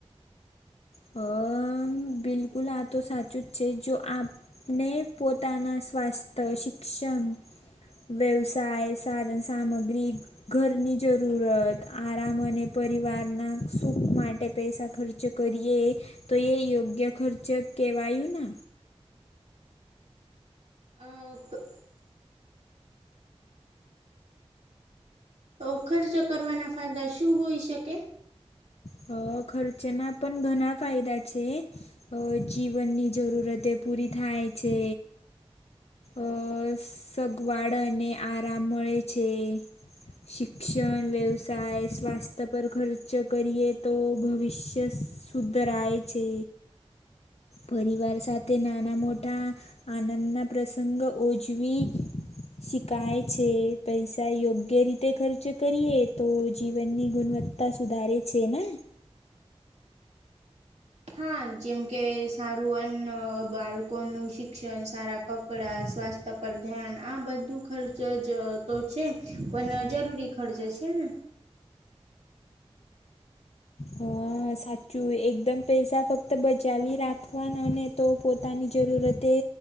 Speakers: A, on the left; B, on the right.
A: હમ્મ બિલકુલ આ તો સાચું જ છે જો આપ ને પોતાના સ્વાસ્થ્ય શિક્ષણ વ્યવસાય સાધન સામગ્રી ઘરની જરૂરત આરામ અને પરિવારના સુખ માટે પૈસા ખર્ચ કરી એ તો એ યોગ્ય ખર્ચ કેહેવાયું ને.
B: <unintelligible> તો ખર્ચ કરવાના ફાયદા શું હોઈ શકે?
A: હ ખર્ચના પણ ઘણા ફાયદા છે. તો જીવનની જરૂરતે પૂરી થાય છે. અ સગવાડ અને આરામ મળે છે. શિક્ષણ વ્યવસાય સ્વાસ્થ્ય પર ખર્ચ કરીએ તો ભવિષ્ય સુધરાય છે. પરિવાર સાથે નાના મોટા આનંદના પ્રસંગ ઉજવી શીખાય છે, પૈસા યોગ્ય રીતે ખર્ચ કરીએ તો જીવનની ગુણવત્ત તા સુધારે છે ને.
B: હા જેમ કે સારું અન્ન ન બાળકો નું શિક્ષણ સારા કપડા સ્વાસ્થ પર ધ્યાન આ બધું ખર્ચ જ તો છે પણ જરૂરી ખર્ચ છે ને.
A: હા સાચું એકદમ પૈસા ફક્ત બચાવી રાખવાના અને તો પોતાની જરૂરતે